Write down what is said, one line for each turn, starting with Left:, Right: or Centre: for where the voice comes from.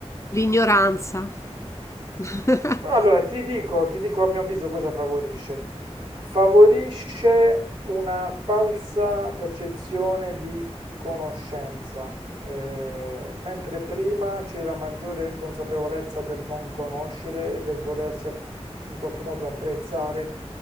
Left: L'ignoranza.
Right: Mm,
Left: <laughs> Mh-mh.
Right: Allora, ti dico, ti dico a mio avviso cosa favorisce. Favorisce una falsa percezione di conoscenza, eh, mentre prima c'era maggiore consapevolezza del non conoscere e del volersi app- in qualche modo apprezzare,